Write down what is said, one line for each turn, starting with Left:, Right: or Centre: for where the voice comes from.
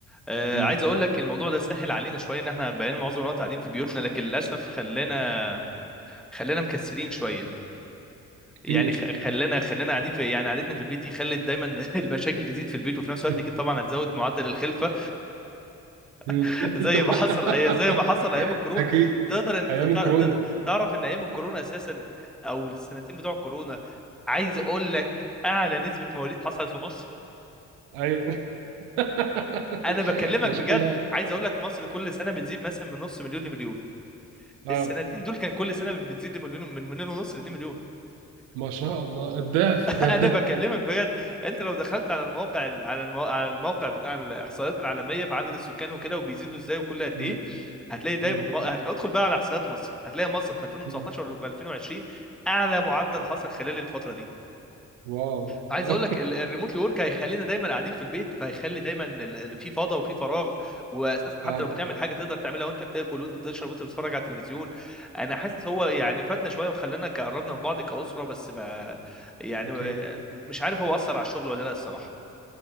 Centre: آه
Right: مم.
Centre: عايز اقول لك الموضوع ده سهل علينا شويه ان احنا بقينا معظم الوقت قاعدين في بيوتنا لكن للاسف خلانا خلانا مكسلين شويه
Right: كتير
Centre: يعني خ- خلانا خلانا قاعدين في يعني قعدتنا في البيت دي خلت دايما <laughs> المشاكل تزيد في البيت وفي نفس الوقت
Right: <laughs>
Centre: اكيد طبعا هتزود معدل الخلفه
Right: مم.
Centre: <laughs> زي ما حصل أي
Right: <laughs>
Centre: زي ما حصل ايام الكورونا
Right: اكيد
Centre: تقدر انت
Right: ايام
Centre: تع-
Right: كورونا
Centre: ت- تعرف ان ايام الكورونا اساسا او السنتين بتوع الكورونا عايز اقول لك اعلى نسبه مواليد حصلت في مصر
Right: ايوه <laughs>
Centre: انا بكلمك
Right: ما
Centre: بجد
Right: شاء الله
Centre: عايز اقول لك مصر كل سنه بتزيد مثلا من نص مليون لمليون
Right: اه
Centre: السنتين دول كان كل سنه بتزيد مليون من مليون ونص ل 2 مليون
Right: ما شاء الله الضعف
Centre: <laughs>
Right: ده الضعف
Centre: انا بكلمك بجد انت لو دخلت على المواقع على المو... على الموقع بتاع الاحصائيات العالميه في عدد السكان وكده وبيزيدوا ازاي وكل قد
Right: <laughs> مم.
Centre: ايه هتلاقي دايما
Right: مم.
Centre: م- هت- ادخل بقى على احصائيات مصر هتلاقي مصر في 2019
Right: مم.
Centre: ولا في 2020 اعلى معدل حصل خلال الفتره دي
Right: واو
Centre: فعايز
Right: واو
Centre: اقول لك الريموتلي ورك هيخلينا دايما قاعدين في البيت فهيخلي دايما ال- ال- في فضا وفي فراغ واساسا
Right: <laughs>
Centre: حتى
Right: اه
Centre: لو بنعمل حاجه تقدر تعملها وانت بتاكل وانت بتشرب وانت بتتفرج على التلفزيون انا حاسس هو يعني فادنا شويه وخلانا قربنا من بعض كاسره بس ما يعني
Right: اكيد
Centre: مش عارف هو اثر على الشغل ولا لا الصراحه